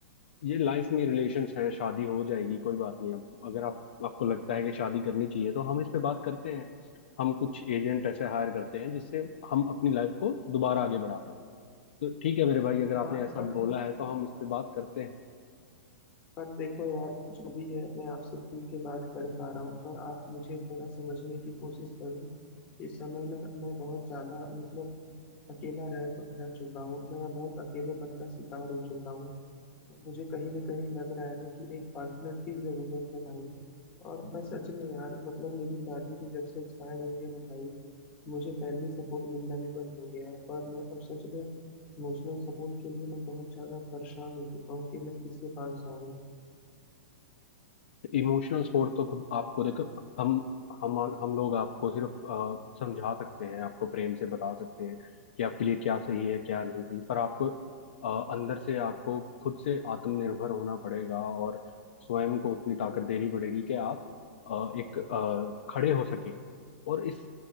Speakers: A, on the left; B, on the left.
A: ये लाइफ में रिलेशंस हैं शादी हो जाएगी कोई बात नहीं अब अगर आप आपको लगता है कि शादी करनी चाहिए तो हम इस पे बात करते हैं हम कुछ एजेंट ऐसे हायर करते हैं जिससे हम अपनी लाइफ को दोबारा आगे बढ़ा पाए तो ठीक है मेरे भाई अगर आपने
B: हाँ
A: ऐसा
B: पर
A: बोला है तो हम इस पे बात करते हैं
B: पर देखो यार जो भी है मैं आपसे खुल के बात कर पा रहा हूँ पर आप मुझे थोड़ा समझने की कोशिश करो इस समय ना मैं बहुत ज्यादा मतलब अकेला रह रह चुका हूँ मैं बहुत अकेलेपन का शिकार हो चुका हूँ तो मुझे कहीं ना कहीं लग रहा है ना कि एक पार्टनर की जरूरत है भाई और मैं सच में यार मतलब मेरी दादी भी जब से एक्सपायर हुई है ना भाई मुझे फैमिली सपोर्ट मिलना भी बंद हो गया है और मैं अब सच में इमोशनल सपोर्ट के लिए मैं बहुत ज्यादा परेशान हो चुका हूँ कि मैं किसके पास जाऊँ
A: इमोशनल सपोर्ट तो खुद आपको देखो हम हम हम लोग आपको सिर्फ अ, समझा सकते हैं आपको प्रेम से बता सकते हैं कि आपके लिए क्या सही है क्या नहीं सही पर आपको अ, अंदर से आपको खुद से आत्मनिर्भर होना पड़ेगा और स्वयं को उतनी ताकत देनी पड़ेगी कि आप अ, एक अ, खड़े हो सके और इस